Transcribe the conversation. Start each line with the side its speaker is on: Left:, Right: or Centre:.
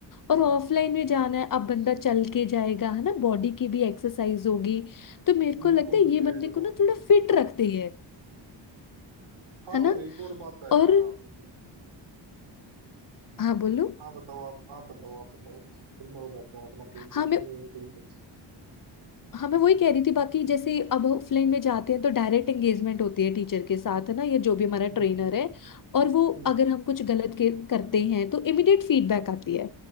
Right: हम्म,
Left: और ऑफलाइन में जाना है अब बंदा चल के जाएगा है ना बॉडी की भी एक्सरसाइज होगी तो मेरे
Right: हम्म,
Left: को
Right: बिल्कुल
Left: लगता है
Right: बिल्कुल
Left: ये बंदे
Right: ये तो
Left: को
Right: है
Left: ना थोड़ा फिट रखती है
Right: हाँ
Left: है ना
Right: और एक और बात है
Left: और
Right: हाँ बिल्कुल
Left: हाँ बोलो
Right: हाँ बताओ आप आप बताओ आप बताओ फिर मैं बताता हूँ अपना पॉइंट
Left: हाँ
Right: ऑफ
Left: मैं
Right: पॉइंट ऑफ
Left: हाँ मैं वही कह रही थी बाकी जैसे अब ऑफलाइन में जाते हैं तो डायरेक्ट एंगेजमेंट होती है टीचर के साथ है ना ये जो भी हमारा
Right: हम्म
Left: ट्रेनर
Right: हम्म
Left: है और वो
Right: हम्म,
Left: अगर हम कुछ गलत के, करते हैं तो इमिडिएट फीडबैक आती है